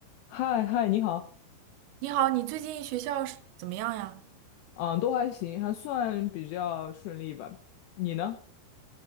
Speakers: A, on the left; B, on the right.
A: 嗨嗨，你好，
B: 你好，你最近学校是怎么样呀？
A: 嗯，都还行，还算比较顺利吧。你呢？